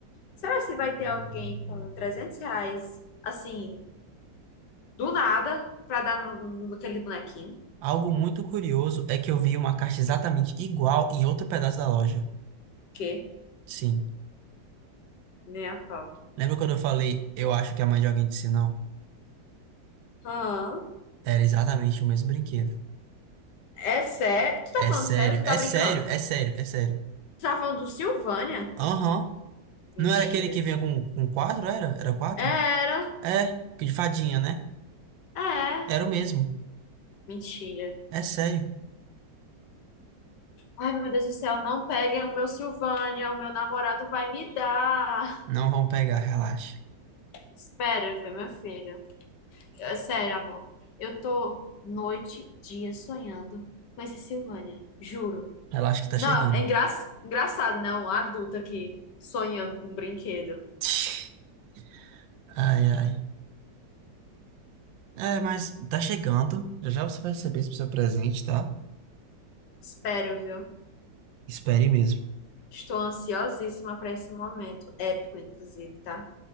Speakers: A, on the left; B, on the right.
A: Será se vai ter alguém com 300 reais, assim, do nada, pra dar no, naquele bonequinho?
B: Algo muito curioso é que eu vi uma caixa exatamente igual em outro pedaço da loja.
A: Que?
B: Sim.
A: Nem a pau.
B: Lembra quando eu falei, eu acho que a mãe de alguém disse não?
A: Hã?
B: Era exatamente o mesmo brinquedo.
A: É sério? Tu tá
B: É
A: falando
B: sério,
A: sério ou tu
B: é
A: tá brincando?
B: sério, é sério, é sério.
A: Tu tá falando do Silvânia?
B: Aham.
A: Mentira.
B: Não era aquele que vinha com, com quatro, era? Era quatro?
A: Era.
B: É, que de fadinha, né?
A: É.
B: Era o mesmo.
A: Mentira.
B: É sério.
A: Ai, meu Deus do céu, não peguem o meu Silvânia, o meu namorado vai me dar.
B: Não vão pegar, relaxa.
A: Espera, viu, meu filho? É sério, amor. Eu tô noite, dia sonhando com esse Silvânia. Juro.
B: Relaxa que tá
A: Não,
B: chegando.
A: é engra... engraçado, né? Um adulto aqui sonhando com um brinquedo.
B: <laughs> <tsk> Ai, ai. É, mas tá chegando. Já já você vai receber esse seu presente, tá?
A: Espero, viu?
B: Espere mesmo.
A: Estou ansiosíssima para esse momento. Épico, inclusive, tá?